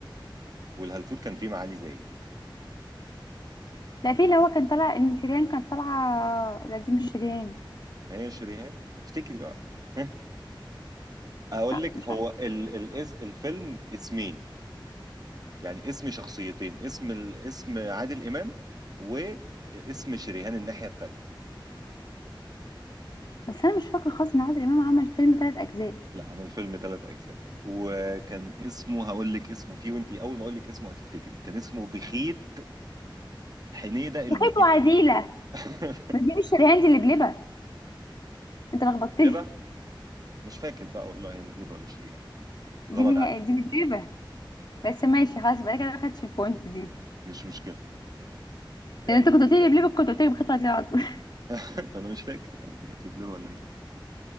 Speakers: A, on the right; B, on the left.
A: والهلفوت كان فيه معالي زايد
B: لا في اللي هو كان طالع إن شريهان كانت طالعة لا دي مش شريهان
A: هي شريهان افتكري بقى <laughs> اقول
B: لا
A: لك
B: مش
A: هو
B: عارفة
A: ال ال الفيلم اسمين يعني اسم شخصيتين اسم ال... اسم عادل امام واسم شريهان الناحيه التانيه
B: بس أنا مش فاكرة خالص إن عادل إمام عمل فيلم ثلاث أجزاء
A: لا عمل فيلم ثلاث اجزاء وكان اسمه هقول لك اسمه فيه وانتي اول ما اقول لك اسمه هتفتكري كان اسمه بخيت حنيده المهيتة
B: بخيت وعديلة
A: <laughs>
B: ما دي مش شريهان دي اللي بلبة انت لخبطتني
A: لبه مش فاكر بقى والله هي لبلبه ولا شريهان
B: دي
A: غلط
B: اللي
A: عليك
B: هي دي اللي بس ماشي خلاص يبقى انا كده ما خدتش البوينت دي
A: مش مشكله يلا
B: لان انت كنت قلت لي بليبه كنت قلت لي بالخطوه دي على طول <laughs>
A: <laughs> انا مش فاكر بقى كانت لبلبه ولا مين